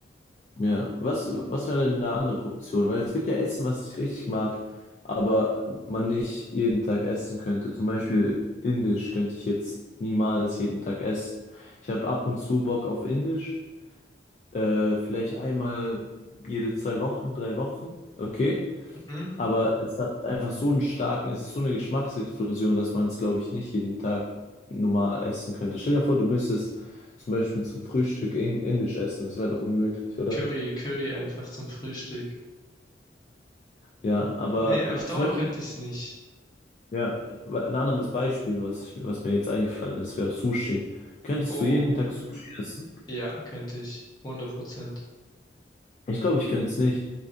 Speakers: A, on the left; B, on the left.
A: Ja, was, was wäre denn eine andere Option? Weil es gibt ja Essen, was ich richtig mag, aber man nicht jeden Tag essen könnte. Zum Beispiel Indisch könnte ich jetzt niemals jeden Tag essen. Ich habe ab und zu Bock auf Indisch, äh, vielleicht einmal jede zwei Wochen, drei Wochen, okay.
B: Mhm.
A: Aber es hat einfach so einen starken, es ist so eine Geschmacksexplosion, dass man es, glaube ich, nicht jeden Tag normal essen könnte. Stell dir vor, du müsstest zum Beispiel zum Frühstück in- Indisch essen, das wäre doch unmöglich, oder?
B: Curry, Curry einfach zum Frühstück.
A: Ja, aber
B: Nee, auf Dauer
A: zum Beispiel,
B: könnte ich's nicht.
A: ja, ein anderes Beispiel, was ich, was mir jetzt eingefallen ist, wäre Sushi. Könntest
B: Boah.
A: du jeden Tag Sushi essen?
B: Ja, könnte ich. 100%.
A: Ich glaube, ich könnte es nicht,